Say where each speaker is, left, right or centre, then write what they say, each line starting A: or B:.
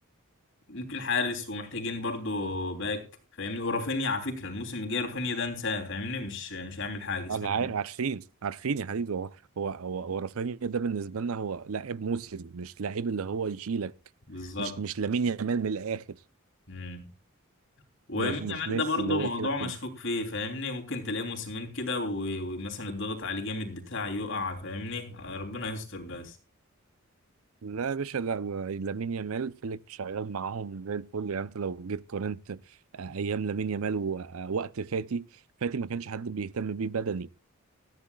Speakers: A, on the left (about 60°); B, on the right (about 70°).
A: ممكن حارس ومحتاجين برضه باك فاهمني ورافينيا على فكره الموسم الجاي رافينيا ده انساه فاهمني مش مش هيعمل حاجه اسمع
B: انا
A: مني.
B: عارف عارفين عارفين يا حبيبي هو هو هو, هو رافينيا ده بالنسبه لنا هو لاعب موسم مش لاعب اللي هو يشيلك
A: بالظبط
B: مش مش لامين يامال من الاخر
A: مم. ويمين
B: مش مش
A: يامال
B: ميسي
A: ده برضه
B: اللي هو
A: موضوع
B: يشيلك من-
A: مشكوك فيه فاهمني ممكن تلاقيه موسمين كده و- ومثلا الضغط عليه جامد بتاع يقع فاهمني آه، ربنا يستر بس
B: لا يا باشا لا لا، لامين يامال فيليك شغال معاهم زي الفل يعني انت لو جيت قارنت آه، ايام لامين يامال ووقت فاتي فاتي ما كانش حد بيهتم بيه بدني